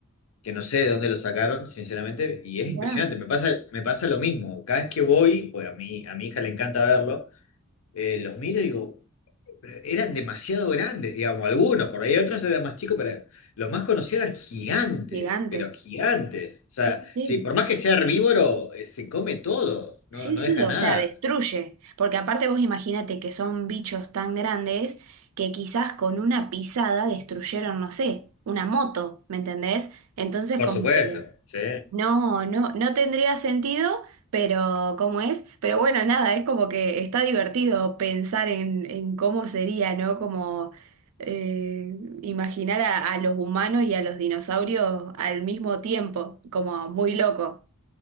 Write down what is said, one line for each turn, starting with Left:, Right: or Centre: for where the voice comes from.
Left: que no sé de dónde lo sacaron, sinceramente, y es
Right: Mirá,
Left: impresionante. Me pasa, me pasa lo mismo. Cada vez que voy, pues a mí, a mi hija le encanta verlo, eh, los miro y digo, pero eran demasiado grandes, digamos, algunos, por ahí otros eran más chicos, pero los más conocidos eran gigantes,
Right: gigantes.
Left: pero gigantes. O sea,
Right: Sí, sí.
Left: sí, por más que sea herbívoro, eh, se come todo, no,
Right: Sí,
Left: no
Right: sí,
Left: deja
Right: o
Left: nada.
Right: sea, destruye. Porque aparte vos imaginate que son bichos tan grandes que quizás con una pisada destruyeron, no sé, una moto, ¿me entendés? Entonces
Left: Por
Right: como
Left: supuesto,
Right: que
Left: sí.
Right: No, no, no tendría sentido, pero ¿cómo es? Pero bueno, nada, es como que está divertido pensar en, en cómo sería, ¿no? Como eh, imaginar a, a los humanos y a los dinosaurios al mismo tiempo, como muy loco,